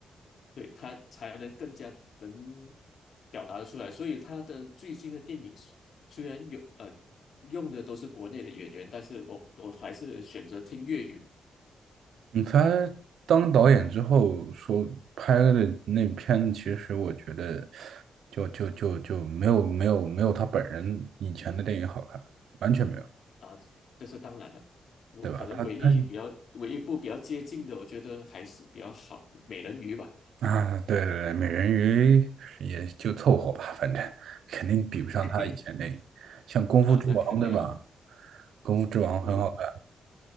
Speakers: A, on the left (about 60°); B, on the right (about 80°).
A: 对，他才能更加能表达的出来。所以他的最新的电影虽虽然有呃用的都是国内的演员，但是我我还是选择听粤语
B: 嗯，他当导演之后说拍的那片子其实我觉得就就就就没有没有没有他本人以前的电影好看，完全没有，
A: 啊，这是当然了。我可能唯一比较唯一一部比较接近的，
B: 对吧？他他
A: 我觉得还是比较好的《美人鱼》吧。
B: 啊，对对对，美人鱼也就凑合吧，反正肯定比不上他以前那个像《功夫之王》对吧？
A: <laughs> 嘿啊，那肯定啊，
B: 《功夫之王》很好看，
A: 嗯，